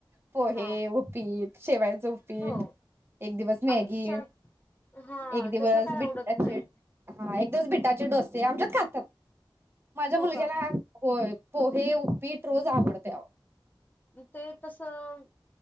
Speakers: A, on the right; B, on the left.
A: पोहे,
B: हा
A: उपीट, शेवायचं उपीट,
B: हो
A: एक दिवस मॅगी,
B: आमच्या हा
A: एक दिवस
B: तसलं काय आवडत
A: बिट्टाचे
B: नाही
A: हा एकदाच बिटाचे डोसे आमच्यात खातात. माझ्या
B: हो
A: मुलग्याला
B: का
A: हा होय पो ते उपीट रोज आवडते आवो.
B: ते तसं